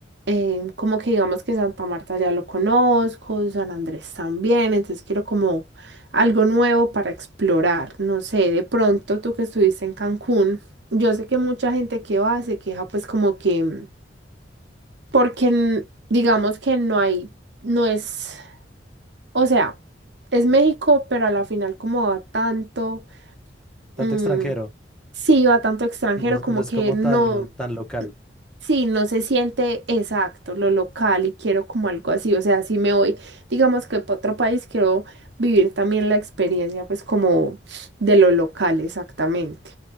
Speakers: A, on the right (about 70°); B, in the centre.
A: eh, como que digamos que Santa Marta ya lo conozco, San Andrés también, entonces quiero como algo nuevo para explorar. No sé, de pronto tú que estuviste en Cancún, yo sé que mucha gente que va se queja pues como que, mm, porque n- digamos que no hay, no es, o sea, es México, pero a la final como va tanto.
B: tanto
A: Mm,
B: extranjero,
A: sí, va tanto extranjero
B: y no, es
A: como
B: no es
A: que
B: como
A: no,
B: tan, tan local.
A: sí, no se siente exacto lo local y quiero como algo así, o sea, si me voy, digamos que para otro país, quiero vivir también la experiencia pues como de lo local exactamente.